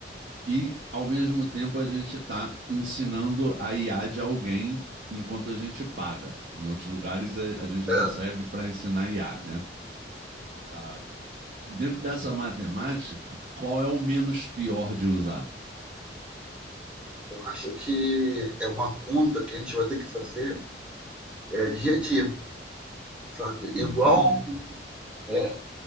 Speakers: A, on the right (about 50°); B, in the centre.
A: E, ao mesmo tempo, a gente está ensinando a IA de alguém enquanto a gente paga. Em outros lugares, é, a, gente
B: É,
A: recebe para ensinar IA, né? Ah, dentro dessa matemática, qual é o menos pior de usar?
B: eu acho que é uma conta que a gente vai ter que fazer é, dia a dia, sabe? Igual
A: Entendi.
B: é,